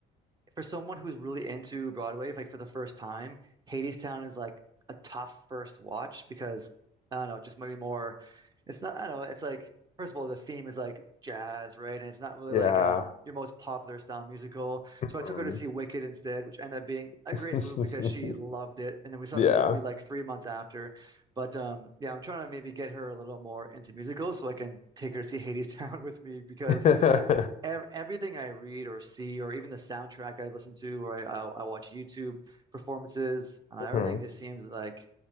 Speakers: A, on the right; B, on the left.
A: for someone who's really into Broadway, like for the first time, Hadestown is like a tough first watch because I don't know, just maybe more. It's not. I don't know. It's like first of all, the theme is like jazz, right? And it's not really
B: Yeah.
A: like um your most popular style musical.
B: Mhm.
A: So I took her to see Wicked instead, which ended up being
B: <laughs>
A: a great move because she loved it. And then we saw
B: Yeah.
A: the movie like three months after. But um yeah, I'm trying to maybe get her a little more into musicals so I can take her to see Hadestown <laughs> with me because
B: <laughs>
A: ev everything I read or see, or even the soundtrack I listen to, or I, I, I watch YouTube performances, uh, everything
B: Mhm.
A: just seems like